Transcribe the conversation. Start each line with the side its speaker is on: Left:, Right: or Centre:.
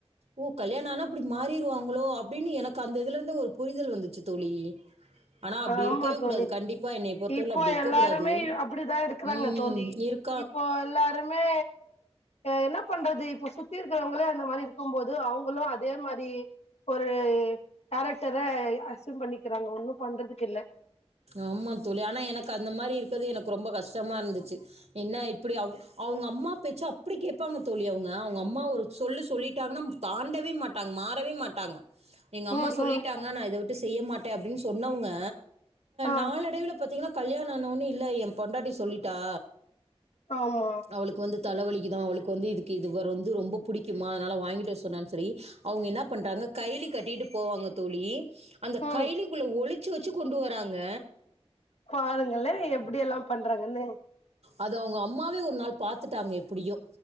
Right: ஓ கல்யாணோ ஆனா இப்டி மாறிடுவா ங்கலோ அப்டின்னு எனக்கு அந்த இதுல இருந்து ஒரு புரிதல் வந்துச்சு தோழி ஆனா அப்டி
Left: ஆமா
Right: இருக்கவே
Left: தோழி
Right: கூடாது கண்டிப்பா என்னைய பொறுத்தவரைல
Left: இப்போ
Right: அப்டி இருக்க
Left: எல்லாருமே
Right: கூடாது
Left: அப்டிதா இருக்குறாங்க
Right: ம்
Left: தோழி
Right: இருக்
Left: இப்போ எல்லாருமே என்ன பண்றது இப்ப சுத்தி இருக்கிறவங்களே அந்த மாரி இருக்கும் போது அவுங்களு அதே மாரி ஒரு கேரக்டரே அசூம் பண்ணிக்கிறாங்க ஒன்னு பண்றதுக்கு இல்ல
Right: ஆமா தோழி ஆனா எனக்கு அந்த மாரி இருக்கறது எனக்கு ரொம்ப கஷ்டமா இருந்துச்சு என்ன இப்டி அவ அவுங்க அம்மா பேச்சு அப்டி கேப்பாங்க தோழி அவுங்க அவுங்க அம்மா ஒரு சொல்லு சொல்லிட்டாங்கனா தாண்டவே மாட்டாங்க மாறவே மாட்டாங்க எங்க அம்மா
Left: ம்
Right: சொல்லிட்டாங்க
Left: ம்
Right: நா இத விட்டு செய்ய மாட்டே அப்டின்னு சொன்னவங்க
Left: ஆ
Right: நாளடைவுல பாத்தீங்கன்னா கல்யாணோ ஆன ஒன்னே இல்ல ஏ பொண்டாட்டி சொல்லிட்டா
Left: இப்ப அவுங்க
Right: அவளுக்கு வந்து தலைவலிக்குதா அவளுக்கு வந்து இதுக்கு இது வர வந்து ரொம்ப புடிக்குமா அதனால வாங்கிட்டு வர சொன்னானு சொல்லி அவுங்க என்ன பண்றாங்க கைய்லி கட்டிட்டு போவாங்க தோழி அந்த
Left: ம்
Right: கையிலிக்குள்ளே ஒழுச்சு வச்சு கொண்டு வராங்க
Left: பாருங்களே எப்டி எல்லா பண்றாங்கன்னு
Right: அத அவுங்க அம்மாவே ஒரு நாள் பாத்துட்டாங்க எப்டியோ